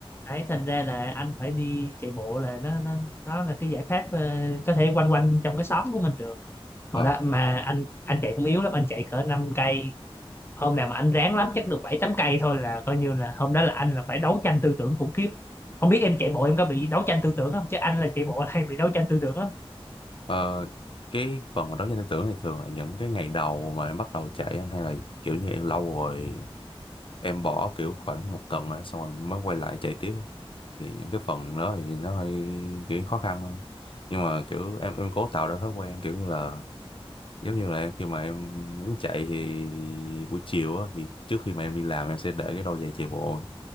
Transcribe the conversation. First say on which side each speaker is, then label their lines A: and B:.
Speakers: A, on the left (about 25°); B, on the left (about 60°).
A: đấy thành ra là anh phải đi chạy bộ là nó nó nó là cái giải pháp ờ, có thể quanh quanh trong cái xóm của mình được hồi
B: ờ
A: đó mà anh anh chạy cũng yếu lắm anh chạy cỡ năm cây hôm nào mà anh ráng lắm chắc được bảy tám cây thôi là coi như là hôm đó là anh là phải đấu tranh tư tưởng khủng khiếp không biết em chạy bộ em có bị đấu tranh tư tưởng không chứ anh là chạy bộ là hay bị đấu tranh tư tưởng lắm
B: Ờ, cái phần mà đấu tranh tư tưởng này thường là những cái ngày đầu mà em bắt đầu chạy anh hay là kiểu như em lâu rồi em bỏ kiểu khoảng một tuần rồi, xong rồi mới quay lại chạy tiếp á? thì những cái phần đó thì nó hơi kiểu khó khăn không nhưng mà kiểu em em cố tạo ra thói quen kiểu như là giống như là em khi mà em muốn chạy thì buổi chiều á thì trước khi mà em đi làm em sẽ để cái đôi giày chạy bộ